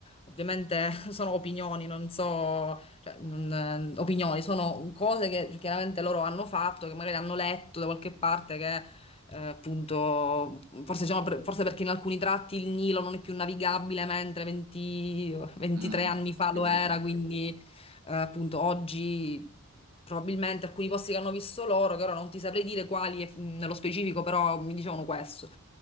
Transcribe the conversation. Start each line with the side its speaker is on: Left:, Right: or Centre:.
Left: ovviamente <laughs> sono opinioni, non so cioè, non- eh, opinioni, sono cose che chiaramente loro hanno fatto, che magari hanno letto da qualche parte che eh, appunto, forse, diciamo, per- forse perché in alcuni tratti il Nilo non è più navigabile, mentre 20 23
Right: Mm,
Left: anni fa
Right: ho capito.
Left: lo era, quindi eh, appunto oggi Probabilmente alcuni posti che hanno visto loro, che ora non ti saprei dire quali eh, nello specifico, però mi dicevano questo.